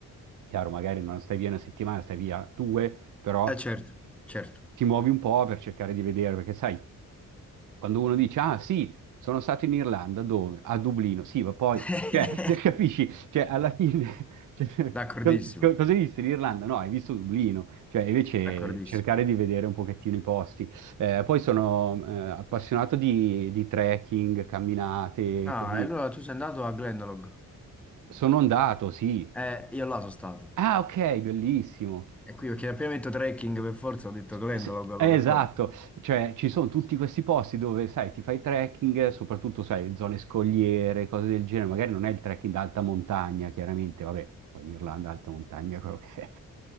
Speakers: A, on the right; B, in the centre.
A: Chiaro, magari non stai via una settimana, stai via due, però
B: Eh certo, certo.
A: ti muovi un po' per cercare di vedere, perché sai. Quando uno dice, ah sì, sono stato in Irlanda, dove? A Dublino, sì, ma poi,
B: <laughs>
A: cioè, <laughs> capisci? Cioè, alla fine, <laughs> cioè,
B: D'accordissimo,
A: co- co- cosa hai visto in Irlanda? No, hai visto Dublino, cioè, invece
B: d'accordissimo.
A: cercare di vedere un pochettino i posti. Eh, poi sono eh, appassionato di, di trekking, camminate,
B: Ah,
A: così.
B: e allora tu sei andato a Glendalough?
A: Sono andato, sì.
B: Eh, io là sono stato.
A: Ah, ok, bellissimo.
B: E qui perché appena ho detto trekking per forza, ho detto Glendalough
A: Sì,
B: allora
A: eh,
B: per
A: esatto,
B: forza.
A: cioè ci sono tutti questi posti dove, sai, ti fai trekking, soprattutto, sai, zone scogliere, cose del genere, magari non è il trekking d'alta montagna, chiaramente, vabbè, poi in Irlanda alta montagna <laughs> è quello che è,